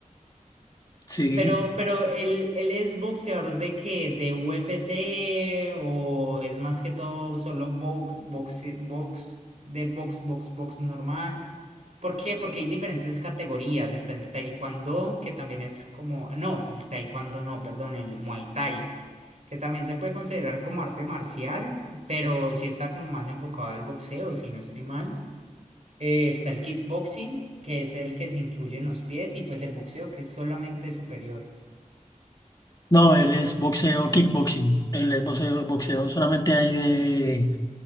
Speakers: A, on the left (about 30°); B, on the right (about 55°).
A: Sí.
B: Pero, pero él, él es boxeador de qué, de UFC o es más que todo solo box, box, box, de box, box, box normal. ¿Por qué? Porque hay diferentes categorías. Está el taekwondo, que también es como, no, el taekwondo no, perdón, el muay thai, que también se puede considerar como arte marcial, pero sí está como más enfocado al boxeo, si no estoy mal. Eh, está el kickboxing, que es el que se incluye en los pies, y pues el boxeo, que es solamente superior.
A: No, él es boxeo, kickboxing. Él es boxeo, boxeo solamente ahí de,